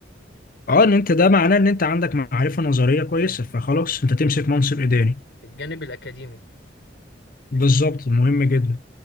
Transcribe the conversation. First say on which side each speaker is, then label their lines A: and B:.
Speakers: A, on the left; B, on the left.
A: اه ان انت ده معناه ان انت عندك معرفة نظرية كويسة
B: مم.
A: فخلاص انت تمسك منصب اداري
B: الجانب الأكاديمي
A: بالظبط مهم جدا